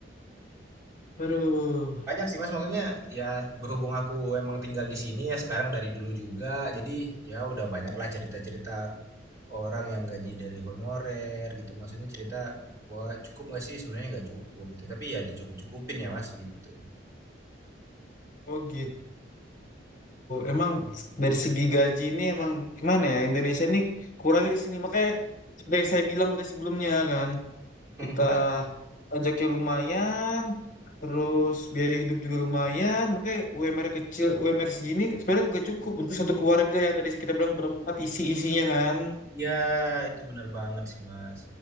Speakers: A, on the left (about 45°); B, on the right (about 15°).
A: Aduh.
B: Banyak sih Mas, maksudnya ya berhubung aku emang tinggal di sini ya sekarang dari dulu juga, jadi ya udah banyak lah cerita-cerita orang yang gaji dari honorer gitu. Maksudnya cerita bahwa cukup nggak sih? Sebenarnya nggak cukup gitu, tapi ya dicukup-cukupin ya Mas gitu.
A: Oh gitu. Emang dari segi gaji ini emang gimana ya Indonesia ini kurangnya di sini makanya seperti yang saya bilang tadi sebelumnya kan kita
B: <laughs>
A: pajaknya lumayan, terus biaya hidup juga lumayan, makanya UMR kecil UMR segini sebenarnya gak cukup untuk satu keluarga yang tadi kita bilang berempat isi-isinya kan.
B: Ya itu benar banget sih Mas.